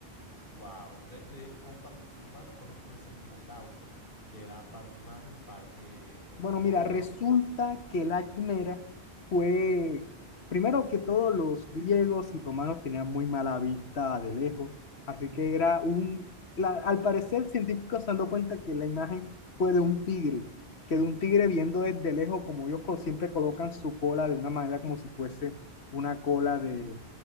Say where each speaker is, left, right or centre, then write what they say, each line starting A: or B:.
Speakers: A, on the left (about 55°); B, on the left (about 75°).
A: Wow, de, de con parte de ser humano conozco es el minotauro, que era parte humano y parte como
B: Bueno,
A: toro.
B: mira, resulta que la quimera fue, primero que todo, los griegos y romanos tenían muy mala vista de lejos, así que era un, la- al parecer científicos se han dado cuenta que la imagen fue de un tigre, que de un tigre viendo desde lejos, como ellos co- siempre colocan su cola de una manera como si fuese una cola de,